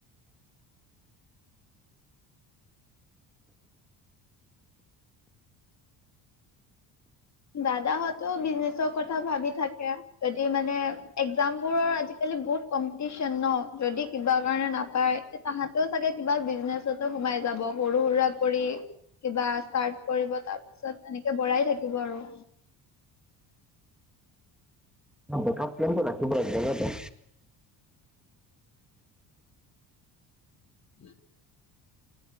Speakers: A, on the left (about 40°); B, in the centre.
A: দাদাহতো বিজনেছৰ কথা ভাবি থাকে যদি মানে এক্জাম বোৰৰ আজিকালি বহুত কম্পিটিচন ন যদি কিবা কাৰণে নাপায় তে তাহাঁতেও চাগে কিবা বিজনেছতো সোমাই যাব সৰু সুৰা কৰি কিবা ষ্টাৰ্ট কৰিব তাৰ পিছত এনেকে বঢ়াই থাকিব আৰু
B: বেকআপ প্লেনটো ৰাখিব লাগে নহয় জানো
A: উ